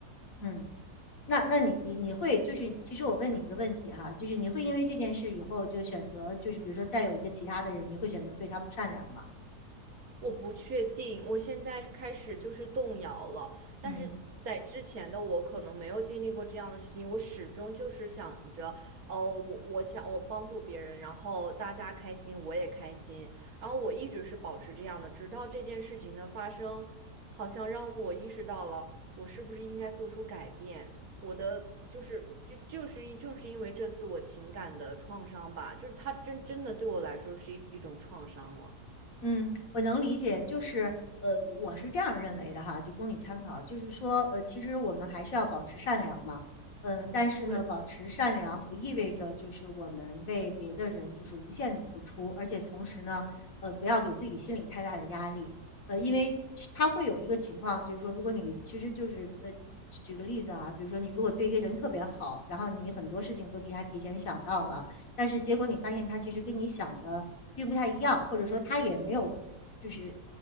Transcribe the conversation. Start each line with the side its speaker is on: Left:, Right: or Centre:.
Left: 嗯，那那你你你会就是，其实我问你一个问题哈，就是你会因为这件事以后就选择，就是比如说再有一个其他的人，你会选择对他不善良吗？
Right: 我不确定，我现在开始就是动摇了。但是在之前的我可能没有经历过这样的事情，
Left: 嗯。
Right: 我始终就是想着，哦，我我想我帮助别人，然后大家开心，我也开心。然后我一直是保持这样的，直到这件事情的发生，好像让我意识到了，我是不是应该做出改变。我的就是就就是因正是因为这次我情感的创伤吧，就是它真真的对我来说是一一种创伤了。
Left: 嗯，我能理解，就是呃，我是这样认为的哈，就供你参考。就是说，呃，其实我们还是要保持善良嘛，呃，但是呢，
Right: 对，
Left: 保持善良不意味着就是我们为别的人就是无限的付出，而且同时呢，呃，不要给自己心里太大的压力，呃，因为其他会有一个情况，就是说，如果你其实就是呃，举举个例子啊，比如说你如果对一个人特别好，然后你很多事情都替他提前想到了。但是结果你发现他其实跟你想的并不太一样，或者说他也没有就是